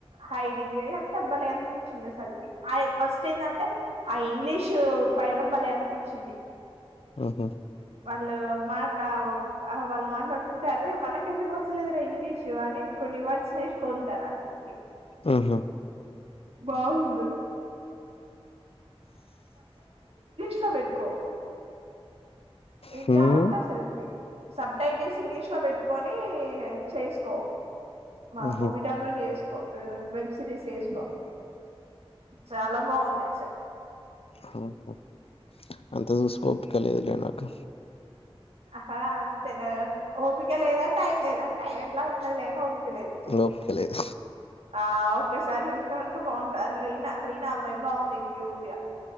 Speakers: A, on the right; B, on the left.
A: హైడింగ్ ఎంత భలే అనిపించింది అసల్కి ఆ ఫస్ట్ ఏందంటే ఆ ఇంగ్లీషు పైన భలే అనిపించింది
B: మ్మ్ హ్హ్
A: వాళ్ళు మాట ఆ వాళ్ళు మాట్లాడుతుంటే అరె మనకు ఎందుకు వస్తలేదురా ఇంగ్లీషు అని కొన్ని వర్డ్స్ నేర్చుకుంటున్న అందుకే
B: మ్మ్ హ్హ్
A: బాగుంది ఇట్ల పెట్టుకో వింటా
B: హ్మ్
A: ఉంటా అసల్కి సబ్ టైటిల్స్ ఇంగ్లీష్ లో పెట్టుకొని చేసుకో మా
B: ఊహూ
A: మూవీ డౌన్లోడ్ చేస్ కో వెబ్ సిరీస్ వేసుకో చాలా బాగుంది
B: మ్మ్ హ్హ్ అంత చూసే ఓపిక లేదులే నాకు
A: హా హ్ అంతేనా ఓపిక లేదా టైం లేదా టైం ఎట్లాగు ఉంటదిలేగాని ఓపిక లేదు
B: ఓపిక లేదు
A: ఆ ఒక్కసారి చూసవనుకో బాగుంటు ఆ రీనా రీనా అమ్మాయి బాగుంది క్యూట్గా